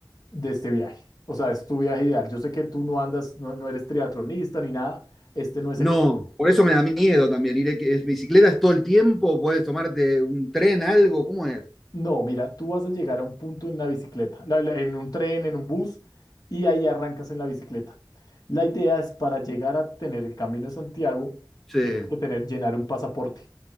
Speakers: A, on the left; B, in the centre.
A: de este viaje? O sea, es tu viaje ideal. Yo sé que tú no andas, no, no eres triatlonista ni nada. Este no es
B: No,
A: el...
B: por eso me da miedo también. ir. es bicicleta es todo el tiempo, puedes tomarte un tren, algo, ¿cómo es?
A: No, mira, tú vas a llegar a un punto en la bicicleta, la- la- en un tren, en un bus, y ahí arrancas en la bicicleta. La idea es para llegar a tener el Camino de Santiago,
B: Sí,
A: tienes que tener, llenar un pasaporte.